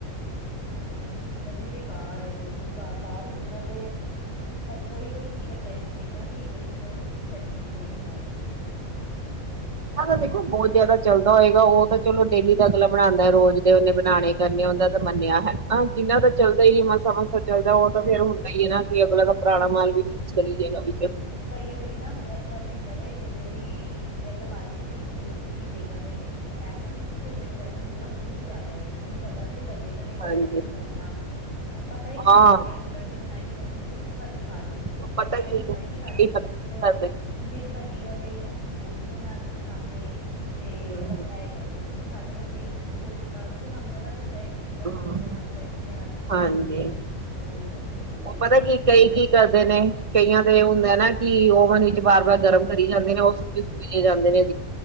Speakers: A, on the left; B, on the right.
A: ਹਾਂ, ਇਹ ਚੀਜ਼ਾਂ ਬੜੀ ਬੇਕਾਰ ਐ ਬਿਲਕੁਲ ਬਾਹਰ ਦੀ ਚੀਜ਼ਾਂ ਤੇ ਕ ਕੋਈ-ਕੋਈ ਚੀਜ਼ਾਂ ਫਰੈਸ਼ ਮਿਲ ਜਾਂਦੀ ਕੋਈ ਚੀਜ਼ਾਂ ਤੇ ਬਿਲਕੁਲ ਫਰੈਸ਼ ਮਿਲਦੀਆਂ ਈ ਨੀ ਬਾਹਰੋਂ ਦੀ।
B: ਆ ਤਾ ਦੇਖੋ ਬਹੁਤ ਜਿਆਦਾ ਚੱਲਦਾ ਹੋਏਗਾ ਉਹ ਤਾਂ ਚਲੋ ਡੇਲੀ ਦਾ ਅਗਲਾ ਬਣਾਦਾ ਰੋਜ਼ ਦੇ ਉਹਨੇ ਬਣਾਉਣੇ। ਕਰਨੇ ਹੁੰਦਾ ਤਾਂ ਮੰਨਿਆ ਹੈ। ਹਾਂ, ਜਿੰਨਾ
A: ਹਾਂਜੀ
B: ਤਾਂ ਚੱਲਦਾ
A: ਹਾਂਜੀ
B: ਹੀ ਨਹੀਂ ਮਸਾ-ਮਸਾ ਚੱਲਦਾ ਉਹ ਤਾਂ ਫਿਰ ਹੁੰਦਾ ਹੀ ਨਾ ਕਿ ਅਗਲਾ ਤਾਂ
A: ਹਮ
B: ਪੁਰਾਣਾ ਮਾਲ ਵੀ <inaudible>
A: ਕਈ ਵਾਰੀ ਨਾ ਇਸ ਤਰ੍ਹਾਂ ਵੀ ਹੁੰਦਾ ਵਾ ਕਈ ਵਾਰੀ ਜਲਦ ਬਾਜ਼ ਜਿਹਦੇ ਵਿੱਚ ਵੀ ਲੋਕ ਦੇ ਦਿੰਦੇ ਨੇ ਕਿ ਇਸ ਤਰ੍ਹਾਂ ਨਹੀਂ ਸੀ ਕਿ ਉੱਥੇ ਉਹ ਰੈਸਟੋਰੈਂਟ ਪੂਰਾ ਖੁੱਲ ਈ ਜਾ ਰਿਹਾ ਸੀ ਉਹਨਾਂ ਨੂੰ ਹੈਗਾ ਸੀ ਚੱਲਦੇ ਇਹਦੇ ਨੇ ਕਿਹੜਾ
B: ਹਾਂਜੀ
A: ਕਿਸੇ ਨੂੰ ਬੋਲਣਾ ਮੈਂ ਤਾਂ ਪਤਾ ਐ ਜਿਵੇਂ
B: ਹਾਂ
A: ਤੁਹਾਨੂੰ ਕਿਹਾ ਹੰਡਰਡ ਵਿੱਚ ਨਾਈਨਟੀ ਪਰਸੈਂਟ ਲੋਕੀ ਚੁੱਪ ਕਰਕੇ ਖਾ ਜਾਂਦੇ ਨੇ।
B: ਉਹ ਪਤਾ
A: ਬਸ ਇਹੀ
B: ਕੀ
A: ਹੁੰਦਾ ਕਿ ਸਾਡੀ
B: ਕੀ ਪਤਾ
A: ਕੋ
B: ਕਰਦੇ
A: ਇਮੇਜ ਬਣੀ ਰਹੇ ਅਸੀ ਬੋਲੀਏ ਨਾ ਕਿਸ ਸਾਹਮਣੇ ਤੇ
B: ਨੇ।
A: ਬਸ ਐ ਕਰਕੇ ਹੁਣ ਸਾਡੇ ਵਰਗੇ ਹੈਗੇ ਸੀ ਬੋਲ ਦਿੱਤਾ, ਕਿਉਕਿ ਸਾਨੂੰ ਪਤਾ ਫਰੈਸ਼ ਚੀਜ਼ਾਂ
B: ਹਮ,
A: ਖਾਂਦੇ ਆ ਫਰੈਸ਼ ਚੀਜ਼ਾਂ ਹਰ ਚੀਜ਼ ਹੁੰਦੀ
B: ਹਾਂਜੀ
A: ਐ ਤੇ ਉਹੀ ਨਾ ਅਸੀਂ ਤੇ ਬੋਲ ਦਿੱਤਾ
B: ਉਹ ਪਤਾ
A: ਉਸ
B: ਕੀ
A: ਟਾਈਮ
B: ਕਏਗੀ ਕਰਦੇ ਨੇ। ਕਈਆਂ ਤੇ ਇਹ ਹੁੰਦਾ ਨਾ ਕਿ ਓਵਨ ਵਿੱਚ ਬਾਰ-ਬਾਰ ਗਰਮ ਕਰੀ ਜਾਂਦੇ ਨੇ ਉਹ ਸੁੱਕ। ਜਾਂਦੇ ਨੇ,'